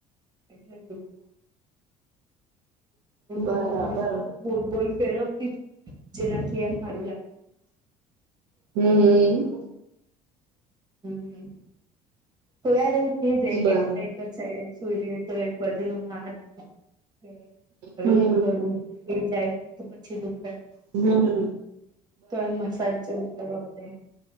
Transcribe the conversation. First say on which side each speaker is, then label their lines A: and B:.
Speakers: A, on the right; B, on the right.
A: એટલે દુખ
B: બરાબર
A: <inaudible> ગોલ-ગોલ ફેરવતી છું, જેનાથી એમ હારું લાગે.
B: હમ્મ.
A: હમ્મ. તો યાર એવું થઇ જાય
B: બર
A: કે આપડે એક જ સાઈડ એજ સૂઈ રહીએ તો એક બાજુ નો હાથ દુખે, આવી
B: હમ
A: રીતના <unintelligible> થઈ જાય તો પછી દુખે.
B: હમ્મ.
A: તો એમ મસાજ જેવું કરવો પડે.